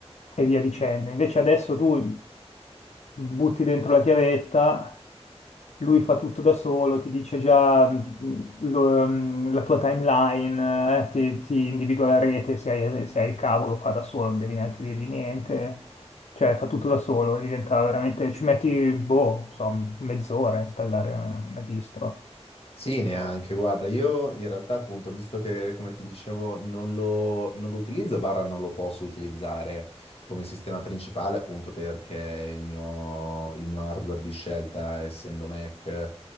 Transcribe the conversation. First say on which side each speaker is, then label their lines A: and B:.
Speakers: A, on the left; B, on the left.
A: e via dicendo. Invece adesso tu butti dentro la chiavetta, lui fa tutto da solo, ti dice già mm, lo- mm, la tua timeline, eh, ti, ti individua la rete, se hai, se hai il cavo lo fa da solo, non devi neanche dirgli niente, cioè fa tutto da solo e diventa veramente, ci metti, boh, insomma, mezz'ora a installare una distro.
B: Sì, neanche. Guarda, io in realtà appunto, visto che come ti dicevo non lo, non lo utilizzo, barra non lo posso utilizzare come sistema principale appunto perché il mio, il mio hardware di scelta, essendo Mac,